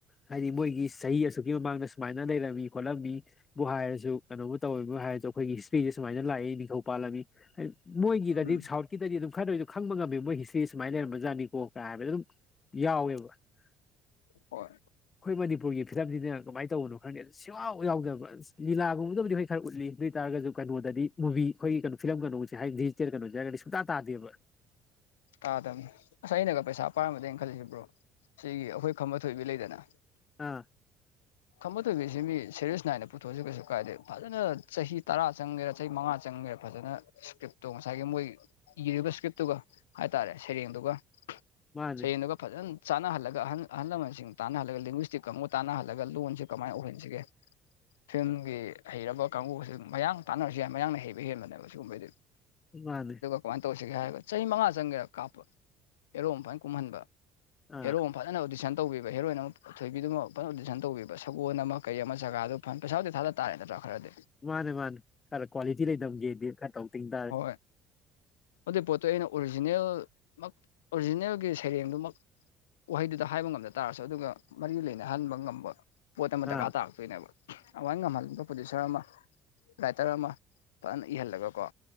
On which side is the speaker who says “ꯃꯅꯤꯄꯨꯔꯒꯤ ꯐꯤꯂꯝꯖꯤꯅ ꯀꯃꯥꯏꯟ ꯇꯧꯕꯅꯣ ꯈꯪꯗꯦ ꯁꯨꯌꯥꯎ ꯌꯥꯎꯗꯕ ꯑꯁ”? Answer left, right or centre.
Left